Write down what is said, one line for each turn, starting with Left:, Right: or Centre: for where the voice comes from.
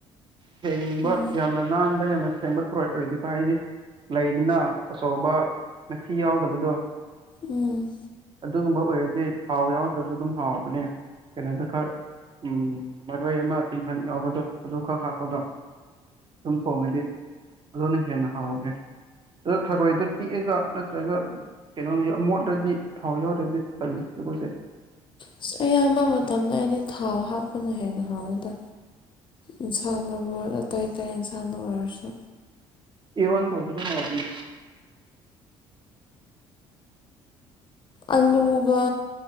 Right: ꯊꯦꯡꯕ
Left: ꯎꯝ
Right: ꯌꯥꯝꯅ ꯅꯥꯟꯕ ꯌꯥꯝꯅ ꯑꯁꯦꯡꯕ ꯊꯣꯔꯣꯏ ꯑꯣꯏꯔꯗꯤꯀꯣ ꯍꯥꯏꯗꯤ ꯂꯩꯗꯨꯅ ꯑꯆꯧꯕ ꯃꯊꯤ ꯌꯥꯎꯗꯕꯗꯣ
Left: ꯎꯝ
Right: ꯑꯗꯨꯒꯨꯝꯕ ꯑꯣꯏꯔꯗꯤ ꯊꯥꯎ ꯌꯥꯎꯗ꯭ꯔꯁꯨ ꯑꯗꯨꯝ ꯍꯥꯎꯕꯅꯦ ꯀꯩꯅꯣꯗ ꯈꯔ ꯎꯝ ꯃꯔꯣꯏ ꯑꯃ ꯇꯤꯟꯈꯪ ꯌꯥꯎꯕꯗꯣ ꯑꯗꯨ ꯈꯛ ꯍꯥꯞꯄꯒ ꯑꯗꯨꯝ ꯊꯣꯡꯉꯗꯤ ꯑꯗꯨꯅ ꯍꯦꯟꯅ ꯍꯥꯎꯈ꯭ꯔꯦ ꯑꯗꯨ ꯊꯔꯣꯏꯗ ꯄꯤꯛꯑꯒ ꯅꯠꯇ꯭ꯔꯒ ꯀꯩꯅꯣ ꯃꯣꯠꯂꯗꯤ ꯊꯥꯎ ꯌꯥꯎꯔꯗꯤ ꯇꯟꯂꯦ ꯀꯁꯦ <unintelligible>
Left: ꯑꯁ ꯑꯌꯥꯝꯕ ꯃꯇꯝꯗ ꯑꯩꯗꯤ ꯊꯥꯎ ꯍꯥꯞꯄꯅ ꯍꯦꯟꯅ ꯍꯥꯎꯋꯤꯗ ꯏꯟꯁꯥꯡ ꯂ ꯑꯥꯏꯇꯥꯏ ꯏꯟꯁꯥꯡꯗ ꯑꯣꯏꯔꯁꯨ
Right: ꯏꯔꯣꯟꯇꯧꯕꯁꯨ ꯍꯥꯎꯅꯤ
Left: ꯑꯂꯨꯒ